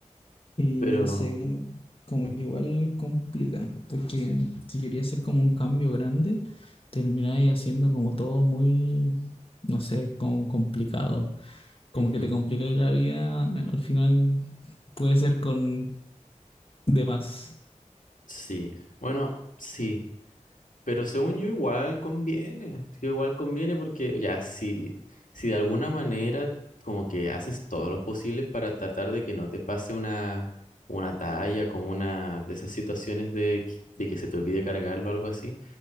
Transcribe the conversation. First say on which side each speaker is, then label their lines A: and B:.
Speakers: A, on the left (about 45°); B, on the left (about 90°).
A: Y
B: Pero,
A: no sé, como, como
B: ujú,
A: que igual complica, porque si querías hacer como un cambio grande, termináis haciendo como todo muy, no sé, como complicado. Como
B: ujú.
A: que te complicáis la vida, eh, al final puede ser con demás.
B: Sí. Bueno, sí. Pero según yo igual conviene, sí, igual conviene porque ya si, si de alguna manera como que haces todos los posibles para tratar de que no te pase una, como una talla, como una de esas situaciones de, que- de que se te olvide cargarlo o algo así,